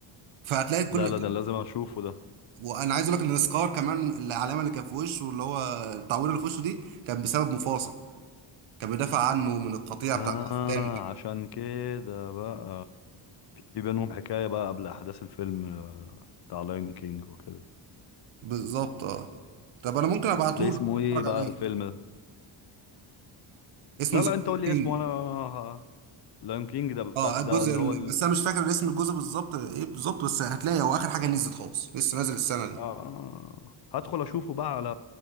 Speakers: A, on the right; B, on the left.
A: فهتلاقي كل
B: لا لا ده لازم اشوفه ده
A: وانا عايز اقول لك ان سكار كمان العلامه اللي كان في وشه اللي هو التعويره اللي في وشه دي كان بسبب مفاصة كان بيدافع عنه من القطيع
B: اه
A: بتاع الاسلام
B: عشان كده بقى في بينهم حكاية بقى قبل احداث الفيلم آه، بتاع لاين كينج وكده
A: بالظبط اه طب انا ممكن ابعته
B: ده اسمه
A: لك اتفرج
B: ايه بقى
A: عليه
B: الفيلم ده
A: اسمه
B: لا
A: ذا
B: لا انت قول لي
A: كينج
B: اسمه انا لاين كينج ده
A: اه
B: بس
A: الجزء
B: ده اللي
A: ال-
B: هو
A: بس انا مش فاكر اسم الجزء بالظبط ايه بالظبط بس هتلاقي هو اخر حاجه نزلت خالص لسه نازل السنه دي
B: آه آه، آه. هدخل اشوفه بقى على